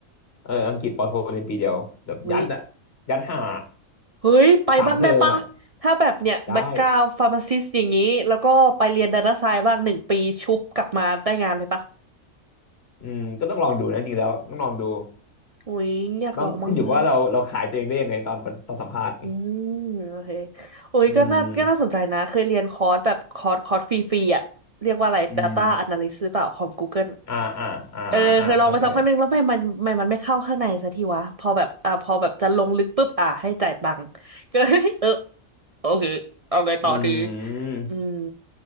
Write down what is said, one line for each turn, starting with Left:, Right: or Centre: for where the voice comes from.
Left: เอออังกฤษปอโทเรียนปีเดียวแบบยัดอะ
Right: อุ้ย
Left: ยัดห่า
Right: เฮ้ยไปบ้างได้ปะถ้าแบบเนี่ยแบ็กกราวด์ฟาร์มาซิสอย่างนี้แล้วก็ไปเรียนดาต้าไซน์บ้างหนึ่งปีชุบกลับมาได้งานเลยปะ
Left: สามเทอมอะได้อืมก็ต้องลองดูนะจริงๆแล้วต้องลองดู
Right: อุ้ยอยากลองบ้างอะ
Left: ต้องขึ้นอยู่กับว่าเราเราขายตัวเองได้ยังไงตอนตอนสัมภาษณ์
Right: อืมโอเคอุ้ยก็น่าก็น่าสนใจนะเคยเรียนคอร์สแบบคอร์สคอร์สฟรีๆอ่ะเรียกว่าอะไร
Left: อืมอืม
Right: Data Analyst หรือเปล่าของ Google อะ
Left: อ่าอ่าอ่าอ่าเข้าใจ
Right: เออเคยลองไปสักพักหนึ่งแล้วไม่มันไม่มันไม่เข้าข้างในสักทีวะพอแบบอ่าพอแบบจะลงลึกปุ๊บอ่าให้จ่ายตังค์ก็ <laughs> เออโอเคเอาไงต่อดี
Left: อืม
Right: อืม